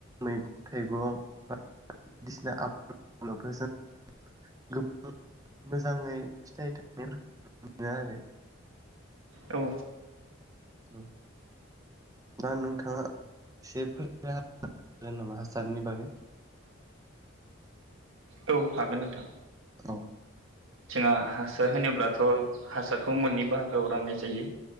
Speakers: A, on the right (about 15°); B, on the right (about 80°).
A: मैगं थाइगं बायदिसिना आबाद जों गोबां मोजाङै फिथाइ सामथाइ फोरखौ नुनो मोनो आरो
B: औ
A: औ दा नोंथाङा एसे फोरोंनो हा हागोन नामा हासारनि बागै
B: औ हागोन नोंथां
A: औ
B: जोंहा हासार होनोब्लाथ' हासारखौ मोननै बाहागोआव राननाय जायो